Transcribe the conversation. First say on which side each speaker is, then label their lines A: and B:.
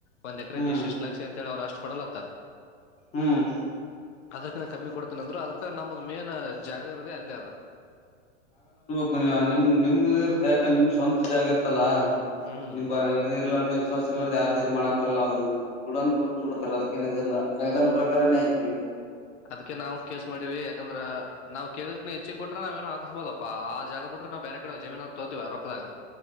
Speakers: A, on the left; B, on the left.
A: ಒಂದ್ ಎಕರೆ
B: ಹ್ಮ್
A: ಕ ಇಷ್ಟು ಇಷ್ಟ ಲಕ್ಷ ಅಂತ ಹೇಳಿ ಅವ್ರು ಅಷ್ಟ ಕೊಡಲಂತ.
B: ಹ್ಮ್
A: ಅದರ್ ಕಿನ ಕಮ್ಮಿ ಕೊಡ್ತೀನಿ ಅಂದ್ರು ಅದಕ್ಕ ನಮ್ಮ್ದ ಮೇನ್ ಜಾಗ ಇರದ ಆಲ್. ಅಲ್ ಆದ.
B: <unintelligible> ನಿಮ್ ನಿಮ್ ಇರುತ್ತ ಯಾಕ ನಿಮ್ ಸ್ವಂತ ಜಾಗ ಇರ್ತಲ್ಲ
A: ಹ್ಮ್
B: ನಿಮ ಇದು ಇರ್ ವಿಶ್ವಾಸ ಇರ್ಲಾದೇ ಯಾರದು ಇದು ಮಾಡಕ್ ಬರ್ಲ್ಲ ಅವ್ರ ನ್ನ ಬಿಡಂದ್ರ ಬಿಟ್ಟು ಬಿಡ್ತಾರೆ ಅದಕ್ಕ ಏನ ಇದು ಇಲ್ಲ. ಸಂವಿಧಾನ ಪ್ರಕಾರ ನೆ ಐಟಿ.
A: ಅದ್ಕ್ಕೆ ನಾವು ಕೇಸ್ ಮಾಡಿವಿ ಯಾಕಂದ್ರ ನಾವ್ ಹೇಳಿದ್ ಕಿನ ಹೆಚ್. ಬ ಬಿಟ್ರೆ ನಾವ ಏನು ಹಾಕ್ಸ್ಬೋದಪ್ಪಾ ಆ ಜಾಗ ಬಿಟ್ರ ನಾವು ಬೇರೆ ಕಡೆ ಜಮೀನರ ತೋಗತಿವ ಆ ರೊಕ್ದಾಗ.